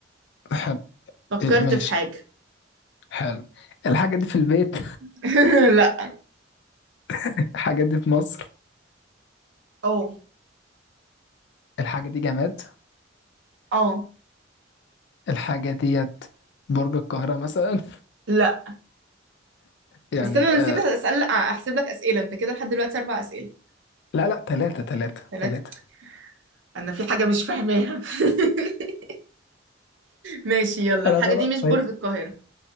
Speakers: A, on the left (about 60°); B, on the right (about 65°).
A: حلو
B: فكرت
A: إيه، ماشي
B: في حاجه
A: حلو الحاجة دي في البيت
B: <laughs> لا
A: <laughs> الحاجة دي في مصر
B: اه
A: الحاجة دي جماد
B: اه
A: الحاجة ديت برج القاهرة مثلا
B: لا
A: <laughs> يعني
B: استنى أنا
A: آه
B: نسيت اسال احسب لك اسئله انت كده لحد دلوقتي اربع اسئله
A: لا لا تلاتة تلاتة
B: ثلاثه
A: تلاتة
B: انا في حاجه مش فاهماها <laughs> ماشي يلا
A: لا
B: الحاجة
A: لا
B: دي
A: لا
B: مش برج
A: ماشي
B: القاهرة